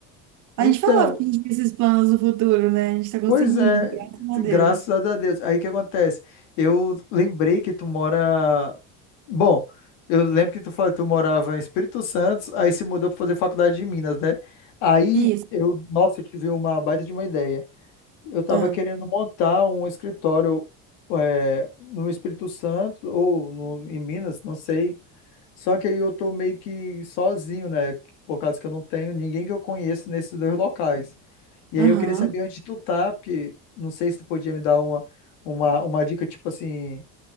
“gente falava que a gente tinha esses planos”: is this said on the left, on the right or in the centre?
Right